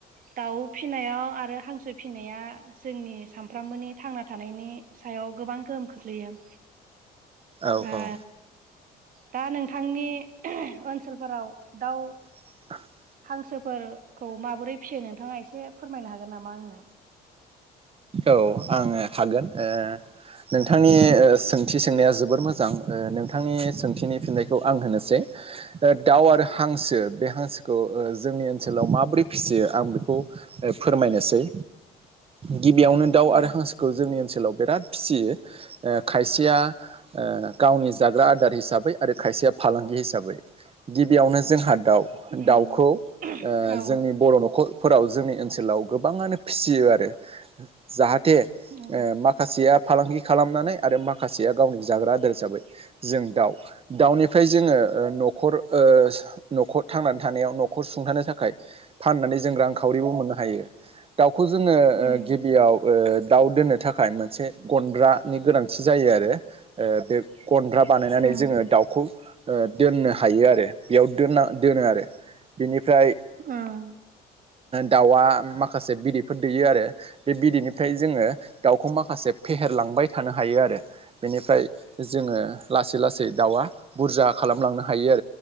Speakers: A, on the right (about 55°); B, on the right (about 35°).
A: दाउ फिसिनायाव आरो हांसो फिसिनाया जोंनि सानफ्रोमबोनि थांना थानायनि सायाव गोबां गोहोम खोख्लैयो
B: औ-औ
A: ओ दा नोंथांनि ओनसोलफोराव दाउ
B: <unintelligible>
A: हांसोफोरखौ माबोरै फिसियो नोंथाङा एसे फोरमायनो हागोन नामा आंनो
B: औ आङो हागोन ओ नोंथांनि सोंथि सोंनाया जोबोर मोजां नोंथांनि सोंथिनि फिननायखौ आं होनोसै दाउ आरो हांसो बे हांसोखौ जोंनि ओनसोलाव माबोरै फिसियो आं बेखौ फोरमायनोसै गिबियावनो दाउ
A: उम
B: आरो हांसोखौ जोंङो सोलाव बिराद फिसियो ओ खायसेया गावनि जाग्रा आदार हिसाबै आरो से फालांगि हिसाबै गिबियावनो जोंहा दाउ
A: उम
B: दाउखौ ओ
A: औ
B: जोंनि बर' न'खर फोराव जोंनि ओनसोलाव गोबाङानो फिसियो आरो जाहा थे
A: औ
B: माखासेया फालांगि खालामनानै आरो माखासेया गावनि जाग्रा आदार हिसाबै जों दाउ दाउनिफ्राय जोङो ओ न खर ओ न'खर थांनानै थानायाव न'खौ सुंथानो थाखाय फाननानै जों रांखावरिबो मोननो हायो दाउखौ जोङो
A: उम
B: ओ गिबियाव ओ दाउ दोननो थाखाय मोनसे गन्द्रानि गोनांथि जायो आरो बे गन्द्रा बानायनानै
A: उम
B: जोङो दाउखौ ओ दोननो हायो आरो बेयाव दोनना दोनो आरो बिनिफ्राय
A: उम
B: दाउआ माखासे बिदैफोर दै बे बिदैनिफ्राय जोङो दाउखौ माखासे फेहेरलांबाय थानो हायो आरो बेनिफ्राय जोङो लासै-लासै दाउआ बुरजा खालामलांनो हायो